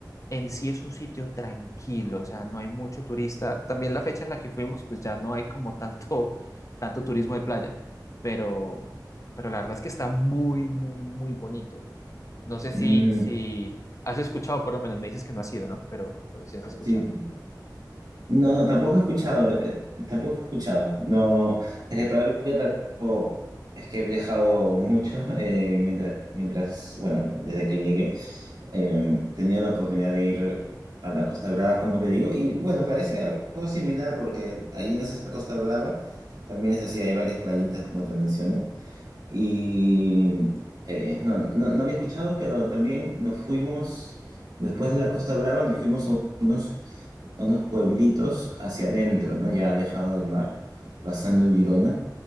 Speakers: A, on the left; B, on the right.
A: en sí es un sitio tranquilo, o sea, no hay mucho turista. También la fecha en la que fuimos, pues ya no hay como tanto, <laughs> tanto turismo de playa, pero, pero la verdad es que está muy, muy, muy bonito. No sé si,
B: Mm,
A: si has escuchado, por lo menos me dices que no has ido, ¿no? Pero, pero sí has escuchado.
B: sí, No, no, tampoco he escuchado, eh, tampoco he escuchado. No, es que todavía tampoco, es que he viajado mucho <laughs> eh, mientras, mientras, bueno, desde que llegué, eh, tenía la oportunidad de ir a la Costa Brava, como te digo, y bueno, parece algo similar porque ahí en esa Costa Brava también es así, hay varias playitas, como te mencioné. Y eh, no, no, no había escuchado, pero también nos fuimos, después de la Costa Brava, nos fuimos a unos, a unos pueblitos hacia adentro, ¿no? Ya alejados del mar, pasando Girona,